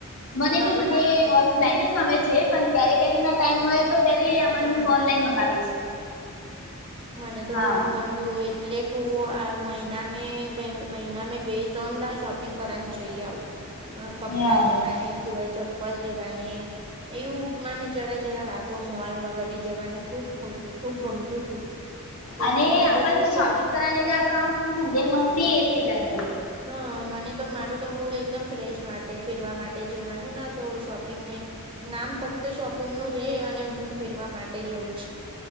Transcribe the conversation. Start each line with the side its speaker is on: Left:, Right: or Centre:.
Left: મને
Right: સારું
Left: બી મંહ્નજે
Right: લાગતું
Left: અ લાઈન જ ગમે છે પણ ક્યારે ક્યારે ના ટાઈમ મળે તો ક્યારે આપન
Right: હા
Left: ઓનલાઈન મગાવે છે.
Right: મને તો
Left: હા
Right: બઉ ગણ તો એટલે કું આ મહિના મે મહિના મે બે ત્રણ દાણ શોપ પિંગ કરવાને જોઈએ આવ કપડાં
Left: હા
Right: લેવાને કેવાય ચપ્પલ લેવાને એવું મને જરા જરા વાતો મોલ વગેરે જવાને ખુબ <unintelligible> ખુબ ગમતું હતું.
Left: અને
Right: એટલા માટે
Left: આપણ
Right: હું
Left: શોપિંગ
Right: જઉં.
Left: કરાને જતા મંદે મંદી એ <unintelligible>
Right: હા મને તો મારો તો મૂડ એકદમ ફ્રેશ માટે ફેરવા માટે જવાનું ના તો શોપિંગને નામ ફક્ત શોપિંગ નું રેય અને હું ફેરવા માટે જઉં છું.